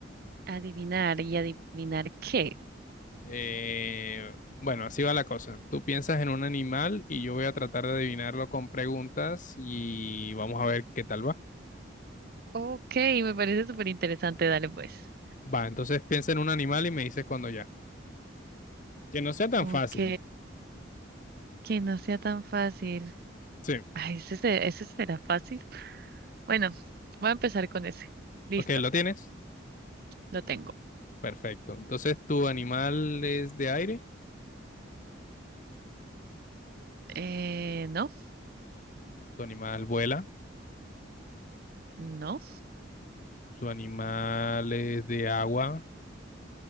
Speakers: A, on the right (about 50°); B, on the left (about 40°).
A: Adivinar y adivinar qué.
B: Eh, bueno, así va la cosa. Tú piensas en un animal y yo voy a tratar de adivinarlo con preguntas y vamos a ver qué tal va.
A: Ok, me parece súper interesante. Dale pues.
B: Va, entonces piensa en un animal y me dices cuando ya. Que no sea tan
A: Ok,
B: fácil.
A: que no sea tan fácil.
B: Sí.
A: Ay, ese, se- ese será fácil. Bueno, voy a empezar con ese. Listo,
B: Ok, ¿lo tienes?
A: lo tengo.
B: Perfecto. Entonces, ¿tu animal es de aire?
A: Eh, no,
B: ¿Tu animal vuela?
A: no.
B: Su animal es de agua.